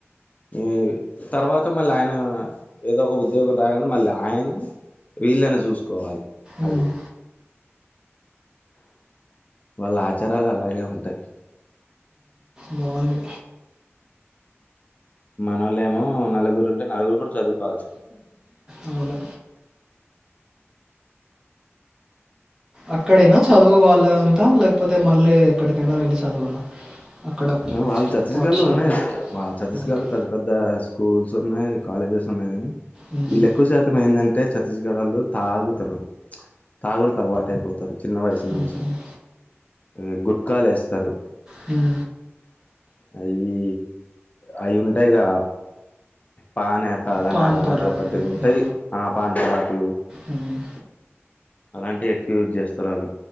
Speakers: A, on the left; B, on the right.
A: ఈ తర్వాత మళ్ళీ ఆయన ఏదో ఒక ఉద్యోగం రాగానే మళ్ళీ ఆయన వీళ్ళని చూసుకోవాలి
B: మ్మ్,
A: అది వాళ్ళ ఆచారాలు అలాగే ఉంటాయి
B: బావుంది
A: మనోళ్ళు ఏమో నలుగురు ఉంటే నలుగురు కూడా చదువుకోవాల్సిందే
B: అవును అక్కడైనా చదువు వాళ్ళ అంతా లేకపోతే మళ్ళీ ఎక్కడికైనా వెళ్ళి చదవాలా అక్కడ
A: ఉమ్ వాళ్ళు ఛత్తీస్గఢ్
B: పాఠశాల
A: లో ఉన్నాయి అండి వాళ్ళ ఛత్తీస్గఢ్
B: ఓకే
A: లో పెద్ద పెద్ద స్కూల్స్ ఉన్నాయి కాలేజెస్ ఉన్నాయి కాగానీ
B: మ్మ్,
A: వీళ్ళ ఎక్కువ శాతం ఏందంటే అంటే ఛత్తీస్గడ్ వాళ్ళు తాగుతారు తాగుడికి అలవాటైపోతారు చిన్న వయసు
B: మ్మ్,
A: నుంచి
B: మ్మ్,
A: ఇక గుట్కాలు వేస్తారు
B: హమ్
A: అయి అవి ఉంటాయిగా పానే కాలన
B: పాన్
A: అలాంటివి
B: పరాగ్
A: ఒకటి ఉంటాయి
B: ఆ,
A: ఆ పాన్ పరాకులు
B: మ్మ్,
A: అలాంటివి ఎక్కువ యూజ్ చేస్తారు వాళ్ళు